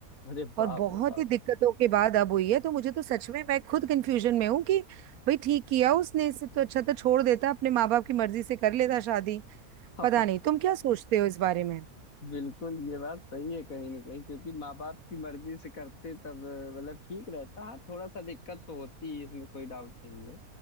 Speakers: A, on the left; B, on the right.
A: अरे बाप
B: और बहुत
A: रे बाप
B: ही दिक्कतों के बाद अब हुई है तो मुझे तो सच में मैं खुद कंफ्यूजन में हूँ कि भाई ठीक किया उसने इससे तो अच्छा तो छोड़ देता अपने माँ बाप की मर्जी से कर लेता शादी
A: <laughs>
B: पता नहीं तुम क्या सोचते हो इस बारे में
A: बिल्कुल ये बात सही है कहीं ना कहीं क्योंकि माँ बाप की मर्जी से करते तब अ, मतलब ठीक रहता हाँ थोड़ा सा दिक्कत तो होती है इसमें कोई डाउट नहीं है